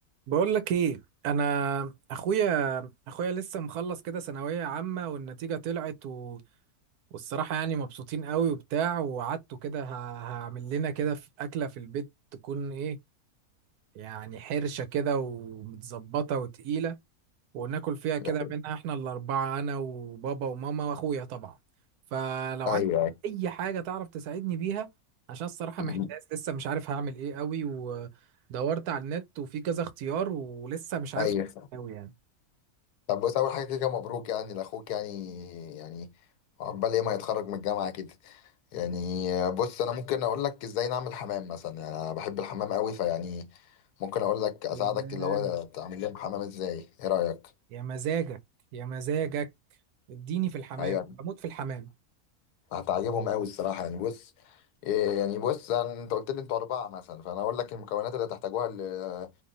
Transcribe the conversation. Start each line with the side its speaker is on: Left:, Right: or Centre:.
Right: بقول لك ايه انا اخويا اخويا لسه مخلص كده ثانويه عامه والنتيجه طلعت و... والصراحه يعني مبسوطين قوي وبتاع وقعدته كده ه... هعمل لنا كده في اكله في البيت تكون ايه يعني حرشه كده ومتظبطه وتقيله وناكل فيها كده
Left: ايوه
Right: منها احنا الأربعة أنا وبابا وماما وأخويا طبعا فلو
Left: ايوه
Right: عندك أي حاجة تعرف تساعدني بيها عشان الصراحة
Left: م-
Right: محتاج
Left: م.
Right: لسه مش عارف هعمل إيه قوي ودورت على النت وفي كذا اختيار ولسه مش عارف
Left: ايوه
Right: قوي يعني
Left: طب بص اول حاجه كده مبروك يعني لاخوك يعني يعني عقبال ايه ما يتخرج من الجامعه كده يعني بص انا ممكن اقول لك ازاي نعمل حمام مثلا يعني انا بحب الحمام قوي فيعني ممكن اقول لك اساعدك
Right: الحمام
Left: اللي هو تعمل لهم حمام ازاي ايه رايك
Right: يا مزاجك يا مزاجك اديني في الحمام
Left: ايوه
Right: بموت في الحمام
Left: هتعجبهم قوي الصراحه يعني بص إيه يعني بص أنا- انت قلت لي انتوا اربعه مثلا فانا اقول لك المكونات اللي هتحتاجوها ل-